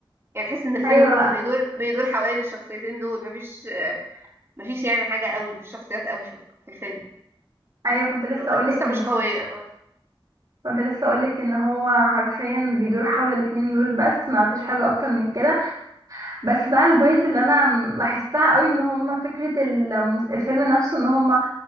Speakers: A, on the right; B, on the right.
A: يعني تحس ان الفيلم
B: ايوه
A: كله بيدور بيدور حوالين الشخصيتين دول مفيش مفيش يعني حاجة قوي مش شخصيات قوي في في الفيلم
B: ايوه كنت لسه اقولك
A: القصة
B: ان
A: مش قوية آه،
B: كنت لسه اقولك ان هو حرفيا بيدور حول الاتنين دول بس ما فيش حاجه اكتر من كده بس بقى البوينت اللي انا م- لاحظتها قوي ان هما فكره المس- الفيلم نفسه ان هما